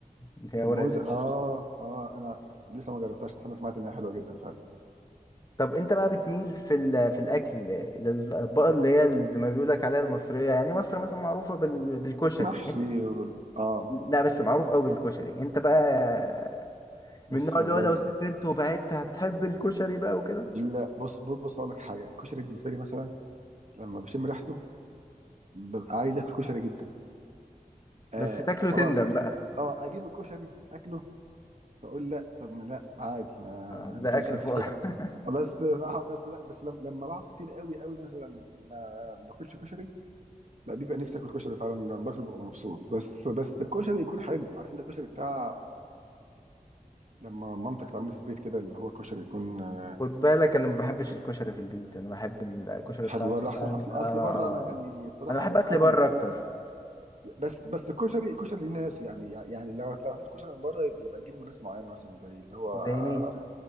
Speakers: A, on the left; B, on the right.
A: اللي
B: الموزه
A: هي ورقه الموزه
B: اه اه انا لسه ما جربتهاش بس انا سمعت ان هي حلوه جدا فعلا
A: طب انت بقى بتميل في ال- في الاكل للاطباق اللي هي ال- زي ما بيقول لك عليها المصريه يعني مصر مثلا معروفه بال- بالكشري
B: محشي
A: انت-
B: وال- اه
A: لا بس معروف قوي بالكشري انت بقى
B: بص
A: من النوع
B: والله
A: اللي هو لو سافرت وبعدت هتحب الكشري بقى وكده
B: لا بص بص بص اقول لك حاجه الكشري بالنسبه لي مثلا لما بشم ريحته ببقى عايز اكل كشري جدا آه
A: بس تاكله
B: خلاص
A: تندم بقى
B: اه اجيب الكشري اكله فاقول لا طب ما لا عادي ما
A: آه، ده
B: ما كانش
A: اكل
B: نفسي
A: فوق
B: في الاكل
A: <laughs>
B: آه، بس آه، بس لا بس لما لما بقعد كتير قوي قوي مثلا ما ما باكلش كشري لا بيبقى نفسي اكل كشري فعلا لما باكله ببقى مبسوط بس بس الكشري يكون حلو عارف انت الكشري بتاع لما مامتك تعمله في البيت كده اللي هو كشري يكون آه،
A: خد بالك انا ما بحبش الكشري في البيت انا بحب الكشري بتاع
B: حلو
A: المطاعم
B: بره احسن اصل
A: ده. آه
B: اصل بره
A: آه.
B: انا يعني الصراحه
A: انا بحب
B: مؤخرا
A: اكل بره اكتر
B: بس بس الكشري الكشري ليه ناس يعني يعني لو لو هتاكل كشري من بره يبقى يبقى تجيبه من ناس معينه مثلا زي اللي هو آه،
A: زي مين
B: ابو